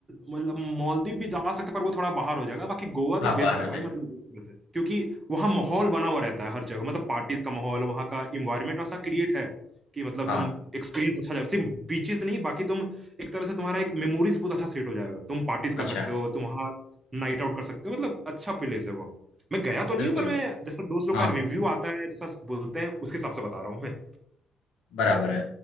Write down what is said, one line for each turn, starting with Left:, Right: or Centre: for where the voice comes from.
Right: मतलब मालदीव भी जा सकते पर वो थोड़ा बाहर हो जाएगा बाकी गोवा तो
Left: हाँ बाहर
Right: बेस्ट
Left: हो
Right: है भाई
Left: जाएगा
Right: मतलब एक तरह से क्योंकि वहाँ माहौल बना हुआ रहता है हर जगह मतलब पार्टीज का माहौल वहाँ का इन्वायरमेंट ऐसा क्रिएट है कि मतलब
Left: हाँ
Right: तुम एक्सपीरियंस अच्छा जाएगा सिर्फ बीचेस नहीं बाकी तुम एक तरह से तुम्हारा एक मेमोरीज बहुत अच्छा सेट हो जाएगा तुम पार्टीज कर
Left: अच्छा
Right: सकते हो तुम वहाँ नाइट आउट कर सकते हो मतलब अच्छा प्लेस है वो मैं गया तो
Left: बिल्कुल
Right: नहीं हूँ पर मैं जैसा दोस्त लोग
Left: हाँ
Right: का रिव्यू आता है जैसा बोलते हैं उसके हिसाब से बता रहा हूँ मैं
Left: बराबर है